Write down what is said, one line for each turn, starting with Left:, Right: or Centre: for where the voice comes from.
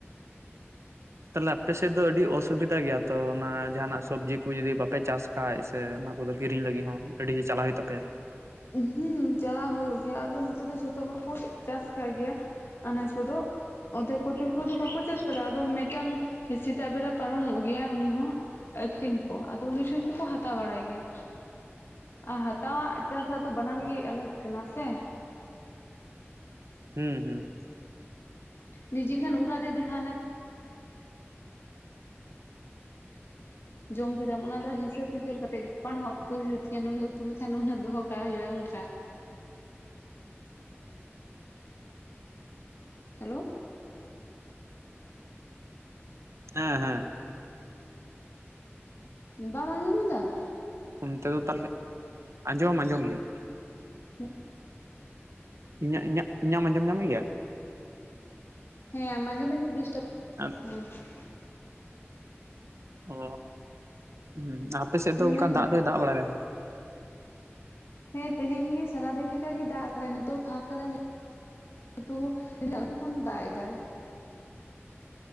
Right: ᱛᱟᱦᱚᱞᱮ ᱟᱯᱮ ᱥᱮᱫ ᱫᱚ ᱟᱹᱰᱤ ᱚᱥᱩᱵᱤᱫᱟ ᱜᱮᱭᱟ ᱛᱚ ᱚᱱᱟ ᱡᱟᱦᱟᱱᱟᱜ ᱥᱚᱵᱽᱡᱤ ᱠᱚ ᱡᱩᱫᱤ ᱵᱟᱯᱮ ᱪᱟᱥ ᱠᱷᱟᱡ ᱥᱮ ᱚᱱᱟ ᱠᱚᱫᱚ ᱠᱤᱨᱤᱧ ᱞᱟᱹᱜᱤᱫ ᱦᱚᱸ ᱟᱹᱰᱤ ᱪᱟᱞᱟᱟᱜ ᱦᱩᱭᱩᱜ ᱛᱟᱯᱮᱭᱟ
Left: ᱦᱩᱸ ᱪᱟᱞᱟᱣ ᱦᱩᱭᱩᱜ ᱜᱮᱭᱟ᱾ ᱟᱫᱚ ᱱᱚᱛᱮ ᱫᱚ ᱡᱷᱚᱛᱚ ᱦᱚᱲ ᱠᱚ ᱪᱟᱥ ᱠᱟᱜ ᱜᱮᱭᱟ᱾ ᱟᱱᱟᱡᱽ ᱠᱚᱫᱚ ᱚᱫᱮᱠ ᱠᱚᱛᱮᱷᱮ ᱠᱚ ᱫᱚ ᱵᱟᱠᱚ ᱪᱟᱥ ᱟᱠᱟᱫᱟ ᱟᱫᱚ ᱢᱤᱫᱴᱟᱝ ᱥᱮᱛᱟᱜ ᱵᱮᱨᱟ ᱯᱟᱨᱚᱢᱚᱜ ᱜᱮᱭᱟ ᱩᱱᱤ ᱦᱚᱸ ᱟᱠᱷᱨᱤᱧ ᱠᱚ ᱟᱫᱚ ᱩᱱᱤ ᱴᱷᱮᱱ ᱠᱚᱠᱚ ᱦᱟᱛᱟᱣ ᱵᱟᱲᱟᱭ ᱜᱮᱭᱟ ᱟᱨ ᱦᱟᱛᱟᱣᱟᱜ ᱪᱟᱥᱟᱜ ᱫᱚ ᱵᱟᱱᱟᱨ
Right: ᱦᱩᱸ
Left: ᱜᱮ ᱟᱞᱟᱟᱜᱽ ᱠᱟᱱᱟ ᱥᱮ
Right: ᱦᱩᱸ ᱦᱩᱸ
Left: ᱱᱤᱡᱮ ᱠᱷᱟᱱ ᱚᱲᱟᱜ ᱨᱮ ᱡᱟᱦᱟ ᱡᱚᱢ ᱠᱮᱫᱟᱢ ᱚᱱᱟ ᱫᱚ ᱦᱤᱥᱟᱹᱵᱽ ᱦᱤᱥᱟᱹᱵ ᱠᱟᱛᱮᱫ ᱜᱟᱯᱟ ᱱᱚᱣᱟ ᱩᱛᱩ ᱦᱩᱭᱩᱜ ᱛᱤᱧᱟᱹ ᱱᱩᱱᱟᱹᱜ ᱩᱛᱩ ᱞᱮᱠᱷᱟᱱ ᱩᱱᱟᱹᱜ ᱫᱚᱦᱚ ᱠᱟᱜ ᱦᱩᱭᱩᱜᱼᱟ ᱚᱱᱠᱟ ᱦᱮᱞᱳ
Right: ᱦᱮᱸ ᱦᱮᱸ
Left: ᱵᱟᱢ ᱟᱸᱡᱚᱢᱮᱫᱟ
Right: ᱚᱱᱛᱮ ᱫᱚ ᱛᱟᱦᱚᱞᱮ ᱟᱸᱡᱚᱢ ᱟᱸᱡᱚᱢ ᱜᱮ᱾
Left: ᱦᱮ
Right: ᱤᱧᱟᱹᱜ ᱤᱧᱟᱹᱜ ᱟᱡᱚᱢ ᱟᱢᱚᱜ ᱜᱮᱭᱟ
Left: ᱦᱮᱸ ᱢᱟᱡᱮ ᱢᱟᱡᱮ ᱰᱤᱥᱴᱟᱯ
Right: ᱟᱨ
Left: ᱦᱩ
Right: ᱚ ᱦᱸ ᱟᱯᱮᱮᱥᱮᱫ ᱫᱚ
Left: ᱦᱮᱸ
Right: ᱚᱱᱠᱟ
Left: ᱢᱮᱱ
Right: ᱫᱟᱜ
Left: ᱢᱮ
Right: ᱫᱚᱭ ᱫᱟᱜ ᱵᱟᱲᱟᱭᱟ ᱥᱮ ᱵᱟᱝ
Left: ᱦᱮᱸ ᱛᱮᱦᱮᱧ ᱜᱮ ᱥᱟᱨᱟᱫᱤᱱ ᱞᱮᱠᱟᱜᱮ ᱫᱟᱜ ᱟᱠᱟᱫᱟᱭ ᱱᱤᱛᱚᱜ ᱯᱷᱟᱸᱠ ᱠᱟᱫᱟᱭ <unintelligible> ᱥᱮᱛᱟᱜ ᱠᱷᱚᱱ ᱫᱟᱜ ᱮ ᱫᱟᱭ ᱾